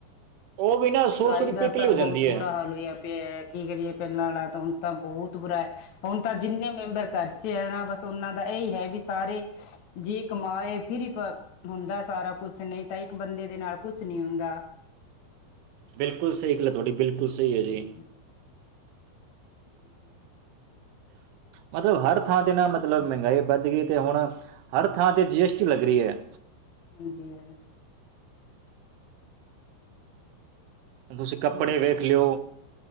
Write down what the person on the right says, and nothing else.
ਉਹ ਵੀ ਨਾ
ਰੁਪਏ
ਕਿਲੋ ਹੋ
ਜਾਂਦੀ
ਹੈ
ਬਿਲਕੁਲ ਸਹੀ ਗੱਲ ਤੁਹਾਡੀ ਬਿਲਕੁਲ ਸਹੀ
ਹੈ ਜੀ।
ਮਤਲਬ ਹਰ ਥਾਂ ਤੇ ਨਾ
ਮਤਲਬ
ਮਹਿੰਗਾਈ ਵੱਧ ਗਈ। ਤੇ ਹੁਣ ਹਰ ਥਾਂ ਤੇ ਜੀ ਐਸ ਟੀ ਲੱਗ ਰਹੀ ਹੈ।
ਤੁਸੀਂ ਕੱਪੜੇ
ਵੇਖ
ਲਿਓ